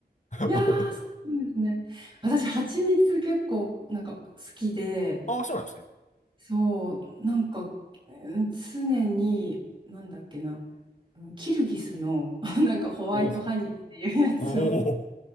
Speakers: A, on the left; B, on the right.
A: <laughs>
B: いやー、そうなんですね。私、蜂蜜結構なんか好きで、
A: ああ、そうなんですね。
B: そう、なんかうん常に、なんだっけな、うんキルギスの <laughs> なんかホワイトハニーっていうやつを
A: お、お